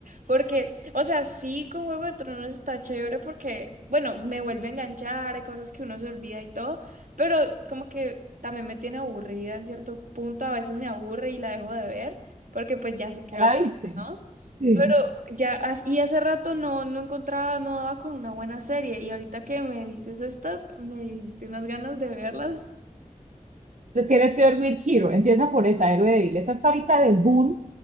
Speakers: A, on the right; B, on the right.
A: porque, o sea, sí con Juego de Tronos está chévere porque, bueno, me vuelve a enganchar, hay cosas que uno se olvida y todo, pero como que también me tiene aburrida en cierto punto, a veces me aburre y la dejo de ver, porque pues ya sé qué
B: ¿Ya
A: va
B: la
A: a pasar,
B: viste?
A: ¿no?
B: Sí.
A: Pero ya, as- y hace rato no, no encontraba, no daba con una buena serie, y ahorita que me dices estas, me diste unas ganas de verlas.
B: Tú tienes que ver With Hero, empieza por esa, Héroe Débil. Esa está ahorita de boom